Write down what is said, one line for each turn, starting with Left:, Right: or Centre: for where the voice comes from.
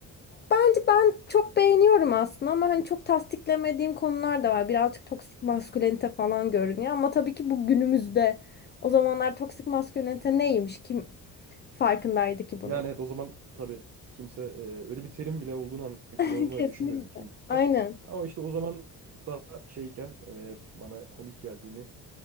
Left: Bence ben çok beğeniyorum aslında ama hani çok tasdiklemediğim konular da var. Birazcık toksik maskülenite falan görünüyor ama tabii ki bu günümüzde o zamanlar toksik maskülenite neymiş? Kim Farkındaydı ki bunun.
Right: Yani evet o zaman tabii kimse e, öyle bir terim bile olduğunu hani
Left: <laughs>
Right: kullanıldığını
Left: Kesinlikle.
Right: düşünmüyorum 2000'de.
Left: Aynen.
Right: Ama işte o zaman daha şeyken e, bana komik geldiğini